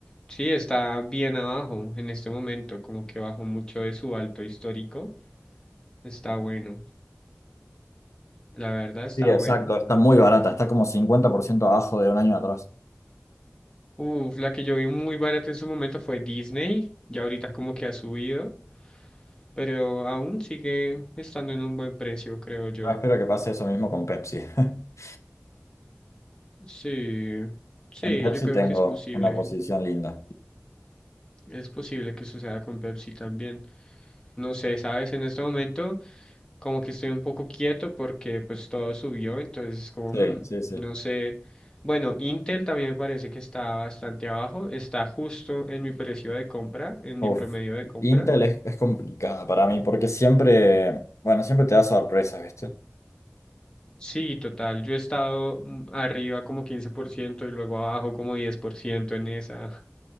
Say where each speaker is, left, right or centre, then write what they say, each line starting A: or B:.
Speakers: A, on the left; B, on the left.
A: sí, está bien abajo en este momento, como que bajó mucho de su alto histórico. Está bueno, la verdad está
B: Sí, exacto,
A: bueno.
B: está muy barata, está como 50% abajo de un año atrás.
A: Uf, la que yo vi muy barata en su momento fue Disney, ya ahorita como que ha subido, pero aún sigue estando en un buen precio, creo yo.
B: Yo espero que pase eso mismo con Pepsi. <laughs>
A: Sí, sí,
B: En Pepsi
A: yo creo
B: tengo
A: que es posible.
B: una posición linda.
A: Es posible que suceda con Pepsi también. No sé, sabes, en este momento como que estoy un poco quieto porque pues todo subió, entonces como
B: Sí,
A: mm,
B: sí, sí.
A: no sé. Bueno, Intel también me parece que está bastante abajo, está justo en mi precio de compra, en
B: Uf,
A: mi promedio de compra.
B: Intel es, es complicada para mí porque siempre, bueno, siempre te da sorpresas, ¿viste?
A: Sí, total, yo he estado mm, arriba como 15% y luego abajo como 10% en esa. <laughs>